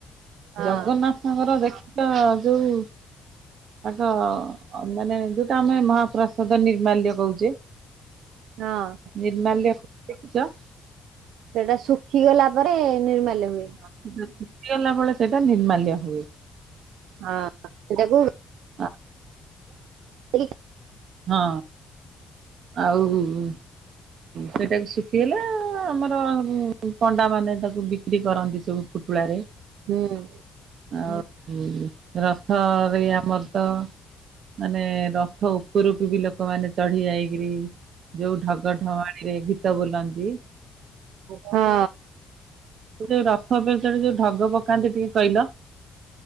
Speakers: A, on the right (about 85°); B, on the right (about 65°).
A: ହଁ
B: ଜଗନ୍ନାଥଙ୍କର ଦେଖିଚ ଯୋଉ ତାଙ୍କ ମାନେ ଯୋଉଟା ଆମେ ମହାପ୍ରସାଦ ନିର୍ମାଲ୍ୟ କହୁଚେ।
A: ହଁ।
B: ନିର୍ମାଲ୍ୟ ଦେଖିଚ?
A: ସେଇଟା ଶୁଖିଗଲା ପରେ ନିର୍ମାଲ୍ୟ ହୁଏ।
B: ସେଟା ଶୁଖିଗଲା ବଳେ ସେଇଟା ନିର୍ମାଲ୍ୟ ହୁଏ।
A: ହଁ ଏଟାକୁ
B: ଅ
A: ତେଗି
B: ହଁ ଆଉ ଉଁ ସେଇଟାକୁ ଶୁଖିଗଲା ଆମର ପଣ୍ଡାମାନେ ତାକୁ ବିକ୍ରି କରନ୍ତି ସବୁ। ପୁଟୁଳାରେ।
A: ହୁଁ।
B: ଆଉ ରଥରେ ଆମର ତ ମାନେ ରଥ ଉ ପୁରକୁ ବି ଲୋକମାନେ ଚଢ଼ି ଯାଇକିରି ଯୋଉ ଢଗଢମାଣିରେ ଗୀତ ବୋଲନ୍ତି।
A: ହଁ।
B: ଯୋଉ ରଥ ଓପରେ ଚଢ଼ି ଯୋଉ ଢଗ ପକାନ୍ତି ଟିକେ କଇଲ।